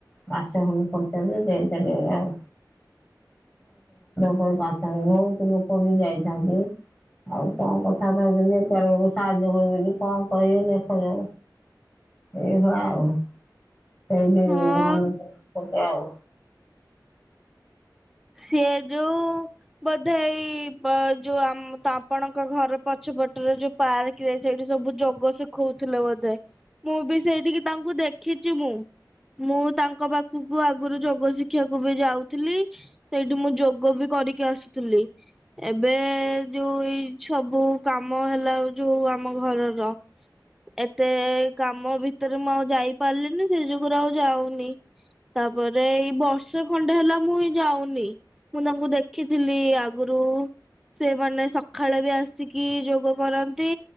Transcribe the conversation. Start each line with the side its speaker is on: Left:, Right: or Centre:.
Left: ମାସେ ଖଣ୍ଡେ ପଡିଛନ୍ତି ଚାଲିଗଲେ ଆଉ ଥା ବହୁତ ଲୋକ ବି ଯାଇଥାନ୍ତି ଆଉ କଣ କଥାଥାଉ ସାହାଯ୍ୟ କରିବ କଣ କରିବ ଦେଖାଯାଉ ଏଇଭଳିଆ ଆଉ ସେଇଠି
Centre: ହଁ
Left: ମନ ଦୁଃଖ ହୋଉଛି ଆଉ।
Centre: ସିଏ ଯୋଉ ବୋଧେ ଏଇ ପ ଯୋଉମ ଆପଣଙ୍କ ଘର ପଛ ପଟରେ ଯୋଉ ପାର୍କରେ ସେଇଠି ସବୁ ଯୋଗ ଶିଖଉଥିଲେ ବୋଧେ ମୁଁ ବି ସେଇଠିକି ତାଙ୍କୁ ଦେଖିଛି ମୁଁ ମୁଁ ତାଙ୍କ ପାଖକୁ ଆଗରୁ ଯୋଗ ଶିଖିବାକୁ ବି ଯାଉଥିଲି। ସେଇଠି ମୁଁ ଯୋଗ ବି କରିକି ଆସୁଥିଲି ଏବେ ଯୋଉ ଏଇ ସବୁ କାମ ହେଲା ଯୋଉ ଆମ ଘରର ଏତେ କାମ ଭିତରେ ମୁଁ ଆଉ ଯାଇପାରିଲିନି ସେଇ ଯୁଗୁରୁ ଆଉ ଯାଉନି ତାପରେ ଏଇ ବର୍ଷେ ଖଣ୍ଡେ ହେଲା ମୁଁ ଯାଉନି ନି ମୁଁ ତାଙ୍କୁ ଦେଖିଥିଲି ଆଗରୁ ସେମାନୋନ ସକାଳେ ବି ଆସିକି ଯୋଗ କରନ୍ତି